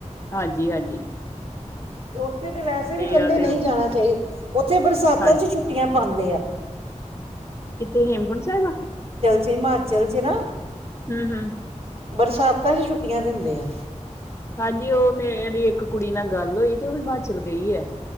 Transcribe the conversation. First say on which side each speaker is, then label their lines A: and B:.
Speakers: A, on the left (about 20°); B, on the right (about 50°).
A: ਹਾਂਜੀ-ਹਾਂਜੀ
B: ਤੇ ਉਥੇ ਤੇ ਵੈਸੇ ਵੀ ਕਹਿੰਦੇ
A: ਆ ਤੇ
B: ਨਹੀਂ
A: ਉਹ
B: ਜਾਣਾ ਚਾਹੀ, ਉੱਥੇ ਬਰਸਾਤਾਂ
A: ਹਾਂਜੀ
B: ਚ ਛੁੱਟੀਆਂ ਪਾਂਦੇ ਆ।
A: ਕਿੱਥੇ, ਹੇਮਕੁੰਟ ਸਾਹਿਬ
B: ਜੇ ਹਿਮਾਚਲ ਚ ਨਾ
A: ਹੂੰ ਹੂੰ
B: ਬਰਸਾਤਾਂ ਚ ਛੁੱਟੀਆਂ ਦਿੰਦੇ ਆ।
A: ਹਾਂਜੀ ਉਹ ਮੇਰੀ ਇੱਕ ਕੁੜੀ ਨਾਲ ਗੱਲ ਹੋਈ ਤੇ ਉਹ ਹਿਮਾਚਲ ਗਈ ਐ।